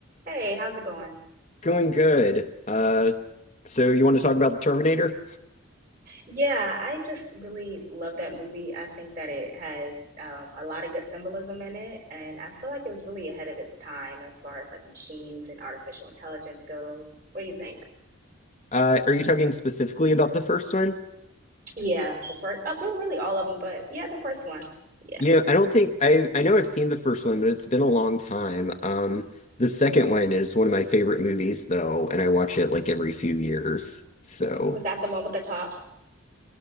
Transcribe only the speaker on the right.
Hey, how's it going?
Yeah, I just really love that movie. I think that it has um, a lot of good symbolism in it, and I feel like it was really ahead of its time as far as like machines and artificial intelligence goes. What do you think?
Yeah, the first, uh, really, really all of them, but yeah, the first one. Yeah.
Was that the one with the cop?